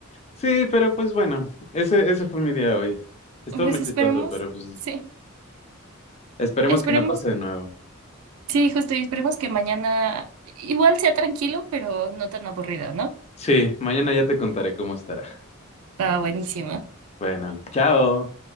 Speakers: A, on the left; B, on the right.
A: Sí, pero pues bueno, ese, ese fue mi día hoy. Estuvo
B: Pues
A: muy chistoso,
B: esperemos,
A: pero pues
B: sí,
A: esperemos
B: esperemos,
A: que no pase de nuevo.
B: sí, justo, y esperemos que mañana igual sea tranquilo, pero no tan aburrido, ¿no?
A: Sí, mañana ya te contaré cómo estará.
B: Está buenísimo.
A: Bueno, chao.